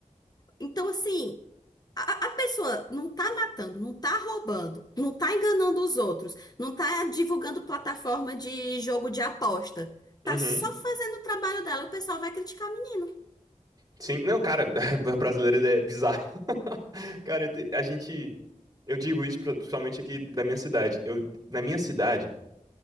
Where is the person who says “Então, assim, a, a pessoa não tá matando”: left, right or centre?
Left